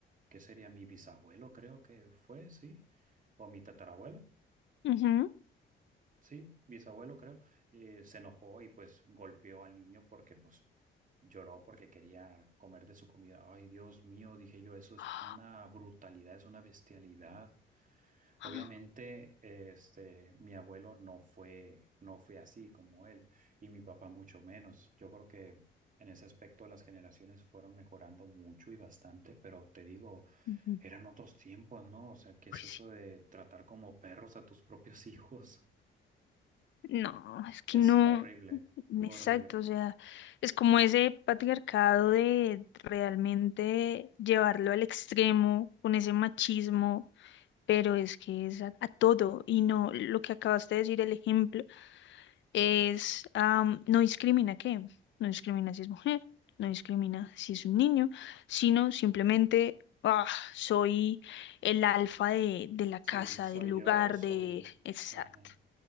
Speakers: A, on the right (about 40°); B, on the left (about 70°).
A: ¿qué sería mi bisabuelo? Creo que fue, sí, o mi tatarabuelo.
B: Ujú.
A: Sí, bisabuelo creo, eh, se enojó y pues golpeó al niño porque pues lloró porque quería comer de su comida. Ay, Dios mío, dije yo, eso es
B: <gasps>
A: una brutalidad, es una bestialidad.
B: Ah,
A: Obviamente, eh, este, mi abuelo no fue, no fue así como él y mi papá mucho menos. Yo creo que en ese aspecto las generaciones fueron mejorando mucho y bastante, pero te digo,
B: ujú.
A: eran otros tiempos, ¿no? O sea, ¿qué
B: Pues
A: es eso
B: sí.
A: de tratar como perros a tus propios <laughs> hijos?
B: No, es que
A: Es
B: no.
A: horrible, horrible.
B: Exacto, o sea, es como ese patriarcado de realmente llevarlo al extremo con ese machismo, pero es que es a, a todo y no lo que acabaste de decir, el ejemplo es am, no discrimina qué, no discrimina si es mujer, no discrimina si es un niño, sino simplemente ah, soy el alfa de, de la
A: Sí,
B: casa,
A: soy
B: del lugar,
A: yo, soy...
B: de... Exacto.
A: Ajá.